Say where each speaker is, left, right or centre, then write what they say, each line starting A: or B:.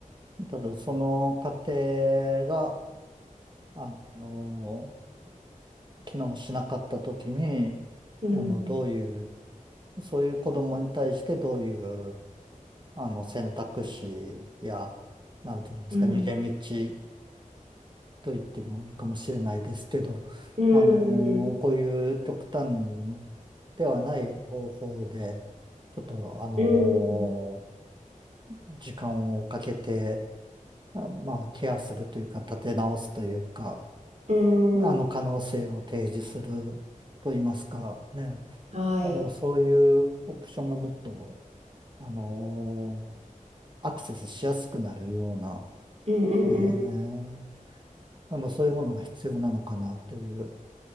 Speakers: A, on the right; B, on the right.
A: ただその過程が、あの、機能しなかったときに、
B: うん
A: あの、どういう、そういう子供に対してどういう、あの、選択肢や、なんて言いますか、
B: うん
A: 逃げ道と言ってもいいかもしれないですけど、
B: うん、
A: あの、こういう極端ではない方法で、ちょっと、あの、
B: うん
A: 時間をかけて、あまあ、ケアするというか、立て直すというか、
B: うん
A: あの可能性を提示すると言いますか、ね、
B: はい。
A: あの、そういうオプションがもっと、あのアクセスしやすくなるような、
B: うんうんうん。
A: ね、あの、そういうものが必要なのかなっていう